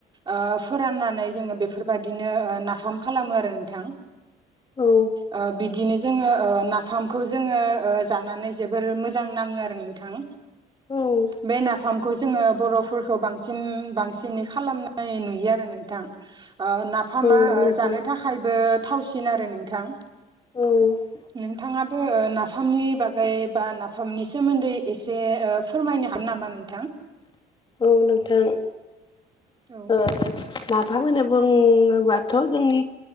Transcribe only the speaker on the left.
औ
औ
औ नोंथां
औ
औ नोंथां
नाफाम होनो बुङोबाथ' जोंनि